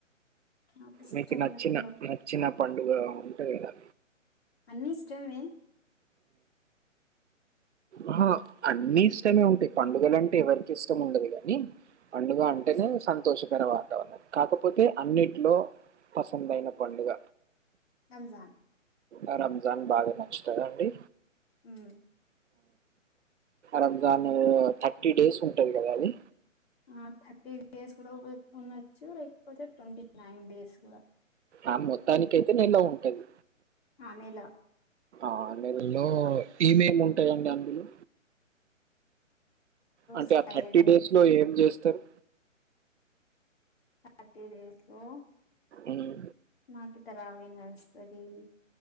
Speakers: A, on the left; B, on the right.
A: నాకు ఇష్టమైన
B: మీకు నచ్చిన
A: పండుగ
B: నచ్చిన పండుగ ఉంటది కదా.
A: అన్నీ ఇష్టమే.
B: అహా అన్ని ఇష్టమే ఉంటయి పండుగలు అంటే ఎవరికి ఇష్టం ఉండదు గాని, పండుగ అంటేనే సంతోషకర వాతావరణ, కాకపోతే అన్నింటిలో పసందయిన పండుగ
A: జాన్
B: ఆ రంజాన్ బాగా నచ్చుతదండి.
A: ఉమ్
B: రంజాను థర్టీ డేస్ ఉంటది కదా అది.
A: ఆ థర్టీ డేస్ కూడా ఉ ఉండచ్చు, లేకపోతే ట్వంటీ నైన్ డేస్ గుడా
B: ఆ మొత్తానికైతే నెల ఉంటది.
A: ఆ నెల
B: ఆ నెలలో ఏమేమి ఉంటదండి అందులో? అంటే
A: సైడ్
B: ఆ థర్టీ డేస్ లో ఏం చేస్తరు?
A: థర్టీ డేస్లో
B: ఉమ్
A: మాకితరా అవి నర్సరీ